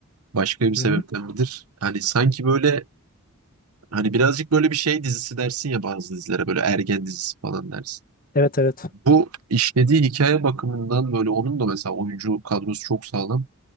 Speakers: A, on the right; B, on the left.
A: Başka bir sebepten
B: Hı hı.
A: midir? Hani sanki böyle hani birazcık böyle bir şey dizisi dersin ya bazı dizilere böyle ergen dizisi falan dersin.
B: Evet evet.
A: Bu işlediği hikaye bakımından böyle onun da mesela oyuncu kadrosu çok sağlam.